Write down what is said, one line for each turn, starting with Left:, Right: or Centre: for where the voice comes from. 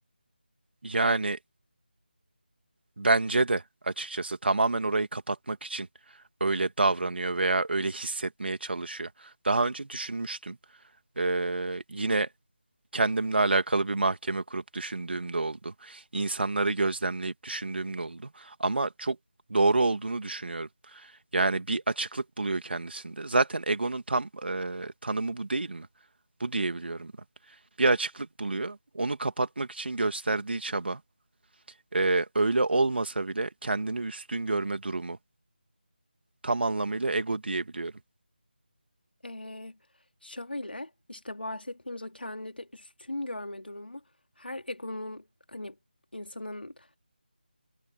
Right: Yani bence de açıkçası tamamen orayı kapatmak için öyle davranıyor veya öyle hissetmeye çalışıyor. Daha önce düşünmüştüm. Eee, yine kendimle alakalı bir mahkeme kurup düşündüğüm de oldu. İnsanları gözlemleyip düşündüğüm de oldu. Ama çok doğru olduğunu düşünüyorum. Yani bir açıklık buluyor kendisinde. Zaten egonun tam e, tanımı bu değil mi? Bu diyebiliyorum ben. Bir açıklık buluyor. Onu kapatmak için gösterdiği çaba, e, öyle olmasa bile kendini üstün görme durumu. Tam anlamıyla ego diyebiliyorum.
Left: Ee, şöyle işte bahsettiğimiz o kendini üstün görme durumu her egonun hani insanın